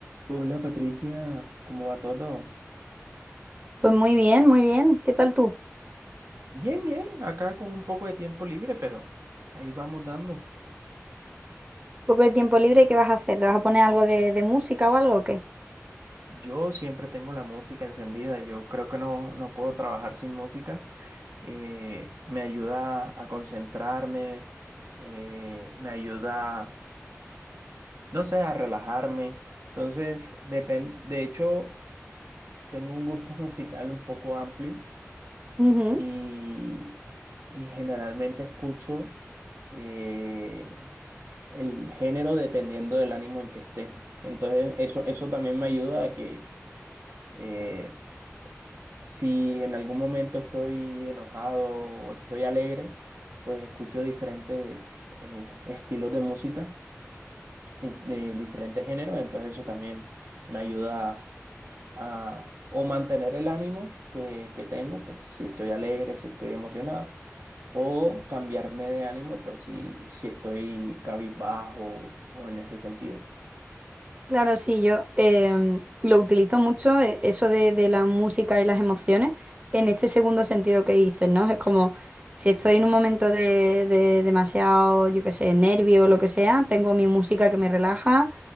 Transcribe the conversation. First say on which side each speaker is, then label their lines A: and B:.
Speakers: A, on the right (about 65°); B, on the right (about 25°).
A: Hola Patricia, ¿cómo va todo?
B: Pues muy bien, muy bien. ¿Qué tal tú?
A: Bien, bien, acá con un poco de tiempo libre, pero ahí vamos dando.
B: ¿Poco de tiempo libre? ¿Qué vas a hacer? ¿Te vas a poner algo de, de música o algo o qué?
A: Yo siempre tengo la música encendida, yo creo que no, no puedo trabajar sin música. Eh, me ayuda a concentrarme, eh, me ayuda, no sé, a relajarme. Entonces, depen- de hecho, tengo un gusto <laughs> musical un poco amplio
B: Ujú.
A: y, y generalmente escucho eh, el género dependiendo del ánimo en que esté. Entonces, eso, eso también me ayuda a que eh, si en algún momento estoy enojado o estoy alegre, pues escucho diferentes eh, estilos de música y de diferentes géneros. Entonces, eso también me ayuda a, o mantener el ánimo que, que tengo, pues si estoy alegre, si estoy emocionado. O cambiarme de ánimo, pues si, si estoy cabizbajo o en ese sentido.
B: Claro, sí, yo em, lo utilizo mucho, e- eso de, de la música y las emociones, en este segundo sentido que dices, ¿no? Es como si estoy en un momento de, de demasiado, yo qué sé, nervio o lo que sea, tengo mi música que me relaja.